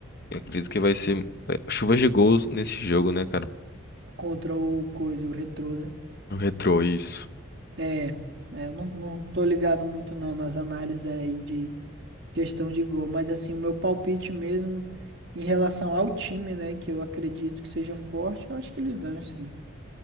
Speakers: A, on the left; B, on the right.
A: eu Acredito que vai ser é, chuvas de gols nesse jogo, né, cara?
B: contra o coisa, o retrô, né?
A: O Retrô, isso.
B: É, é, eu não, não tô ligado muito não nas análises aí de questão de gol, mas assim, o meu palpite mesmo em relação ao time, né, que eu acredito que seja forte, eu acho que eles ganham sim.